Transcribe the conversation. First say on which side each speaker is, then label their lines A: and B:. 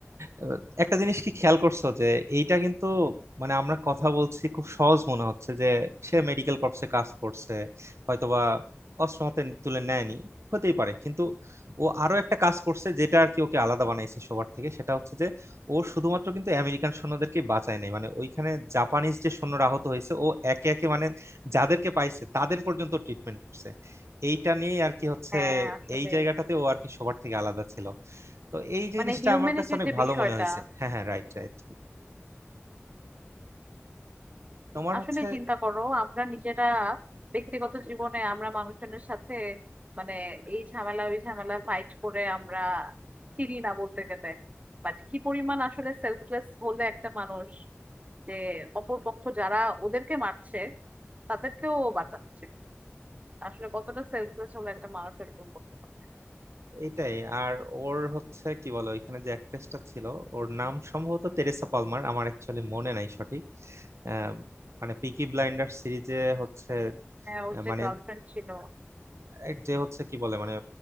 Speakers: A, on the right (about 80°); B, on the right (about 30°).
A: আহ, একটা জিনিস কি খেয়াল করছো যে এইটা কিন্তু মানে আমরা কথা বলছি খুব সহজ মনে হচ্ছে যে সে মেডিকেল কর্পসে কাজ করছে হয়তোবা অস্ত্র হাতে তুলে নেয়নি হতেই পারে কিন্তু ও আরো একটা কাজ করছে যেটা আর কি ওকে আলাদা বানাইছে সবার থেকে সেটা হচ্ছে যে ও শুধুমাত্র কিন্তু আমেরিকান সৈন্যদেরকে বাঁচায় নাই মানে ওইখানে জাপানিজ যে সৈন্যরা আহত হয়েছে ও একে একে মানে যাদেরকে পাইছে তাদের পর্যন্ত ট্রিটমেন্ট করছে এইটা নিয়েই আর কি হচ্ছে
B: হ্যাঁ আসলে
A: এই জায়গাটাতে ও আর কি সবার থেকে আলাদা ছিল তো এই জিনিসটা
B: মানে হিউম্যানিটির
A: আমার কাছে অনেক
B: যে
A: ভালো
B: বিষয়টা
A: মনে হয়েছে হ্যাঁ হ্যাঁ রাইট রাইট তোমার
B: আসলে
A: হচ্ছে
B: চিন্তা করো আমরা নিজেরা ব্যক্তিগত জীবনে আমরা মানুষজনের সাথে মানে এই ঝামেলা ওই ঝামেলা ফাইট করে আমরা চিনি না বলতে গেলে বাট কি পরিমাণ আসলে সেলফলেস হলে একটা মানুষ যে অপরপক্ষ যারা ওদেরকে মারছে তাদেরকেও ও বাঁচাচ্ছে আসলে কতটা সেলফলেস হলে একটা মানুষ এরকম করতে পারে
A: এটাই আর ওর হচ্ছে কি বলো এখানে যে অ্যাক্ট্রেসটা ছিল ওর নাম সম্ভবত তেরেসা পালমার আমার অ্যাকচুয়ালি মনে নাই সঠিক আহ, মানে পিকি ব্লাইন্ডার সিরিজে হচ্ছে
B: হ্যাঁ ওর
A: আহ,
B: যে
A: মানে
B: গার্লফ্রেন্ড ছিল
A: এক যে হচ্ছে কি বলে মানে